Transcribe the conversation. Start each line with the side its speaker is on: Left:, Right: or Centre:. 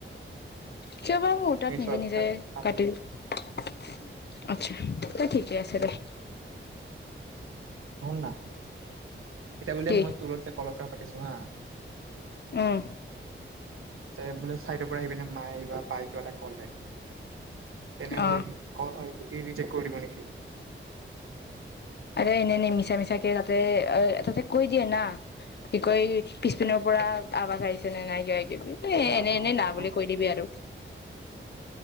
Left: কিয়বা মোৰ তাত নিজে
Right: হোৱাৰ
Left: নিজে
Right: পিছত কাটি
Left: কাটিল।
Right: দিলো
Left: আচ্ছা, তে, ঠিকে আছে দে।
Right: আ এতিয়া বোলে,
Left: কি
Right: মই তোৰ লগত যে কলৰ পৰা পাতিছোঁ হা
Left: উম
Right: যে বোলে, চাইডৰ পৰা আহি পিনে, মায়ে বা বায়ে, কিবা এটা ক'লে তেনেহ'লে,
Left: অ
Right: কি কল, কি, ৰিজেক্ট কৰি দিব নেকি?
Left: আৰে, এনে-এনে, মিছা-মিছাকে, তাতে, আ, তাতে কৈ দিয়ে না, কি কয়, পিছপিনৰ পৰা আৱাজ আহিছে নে নাই। এ,
Right: অ',
Left: এনে-এনে
Right: অ',
Left: ন
Right: অ',
Left: বুলি কৈ দিবি, আৰু